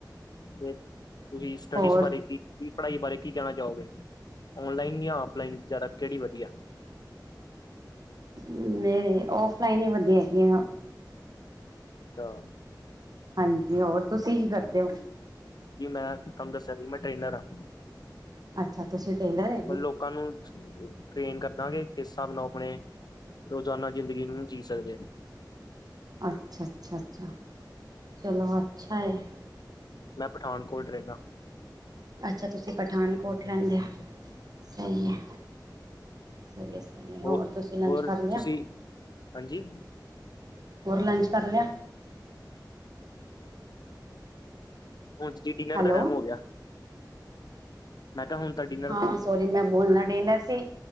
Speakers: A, on the left; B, on the right.
A: ਤੇ ਤੁਸੀਂ ਸਟਡੀਜ਼
B: ਹੋਰ
A: ਬਾਰੇ ਕੀ ਕੀ ਪੜ੍ਹਾਈ ਬਾਰੇ ਕੀ ਕੇਣਾ ਚਾਓਗੇ ਔਨਲਾਈਨ ਯਾ ਓਫਲਾਈਨ ਜ਼ਾਦਾ ਕੇੜੀ ਵਦੀਆ?
B: ਮੇ ਔਫਲਾਈਨ ਈ ਵਦੀਆ ਹੈਗੀ ਆ
A: ਤਾਂ
B: ਹਾਂਜੀ ਹੋਰ ਤੁਸੀਂ ਕੀ ਕਰਦੇ ਔ?
A: ਵੀ ਮੈਂ ਤਾਨੂੰ ਦੱਸਿਆ ਸੀ ਮੈਂ ਟ੍ਰੇਨਰ ਆ।
B: ਅੱਛਾ, ਅੱਛਾ ਤੁਸੀਂ ਟੇਲਰ ਏ।
A: ਬ ਲੋਕਾਂ ਨੂੰ ਟ੍ਰੇਨ ਕਰਦਾਆ ਕਿ ਕਿਸ ਹਿਸਾਬ ਨਾਲ ਆਪਣੇ ਰੋਜ਼ਾਨਾ ਜ਼ਿੰਦਗੀ ਨੂੰ ਜੀ ਸਕਦੇ ਆ।
B: ਅੱਛਾ- ਅੱਛਾ, ਅੱਛਾ, ਚਲੋ ਅੱਛਾ ਹੈ।
A: ਮੈਂ, ਪਠਾਨਕੋਟ ਰਹਿੰਨਾ।
B: ਅੱਛਾ ਤੁਸੀਂ ਪਠਾਨਕੋਟ ਰੈਂਦੇ ਓ, ਸਈ
A: ਹਾਂਜੀ
B: ਐ। ਸਈ ਐ, ਸਈ ਐ ਹੋਰ
A: ਹੋ
B: ਤੁਸੀ ਲੰਚ
A: ਹੋਰ
B: ਕਰ ਲੇਆ?
A: ਤੁਸੀਂ ਹਾਂਜੀ
B: ਹੋਰ ਲੰਚ ਕਰ ਲੇਆ?
A: ਹੋਂਜ ਦੀ ਡਿਨਰ
B: ਹੈਲੋ
A: ਦਾ ਟਾਈਮ ਹੋ ਗੇਆ। ਮੈਂ ਕੇਆ ਹੋਨ ਤਾਂ ਕੀ
B: ਹਾਂ, ਸੋਰੀ ਮੈਂ ਬੋਲਨਾ ਡਿਨਰ ਸੀ,